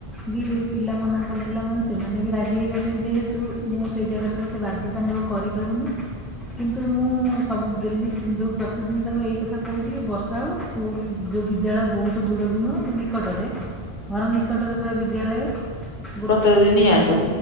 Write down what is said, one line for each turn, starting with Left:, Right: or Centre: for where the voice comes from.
Centre: ବି ପିଲା ମାନଙ୍କ-ପିଲା ମାନେ ସେମାନେ ବି ରାଜି ହେଇଯାଉଛନ୍ତି ଯେହେତୁ ମୁଁ ସେ ଜାଗାଟାରେ ବାଧ୍ୟତାମୂଳକ କରିପାରୁନି। କିନ୍ତୁ ମୁଁ ସବୁ ଡେଲି ଯୋଉ ତାଙ୍କୁ ଏଇ କଥା କହୁଛିିକି ବର୍ଷା ହୋଉ ସ୍କୁଲ୍ ଯୋଉ ବିଦ୍ୟାଳୟ ବୋହୁତ୍ ଦୂର ବି ନୁହଁ ନିକଟରେ ଘର ନିକଟରେ ପୁରା ବିଦ୍ୟାଳୟ ଗୋଟେ
Left: ପ୍ରତ୍ୟେକ ଦିନ ଯାଆନ୍ତୁ
Centre: ମାନେ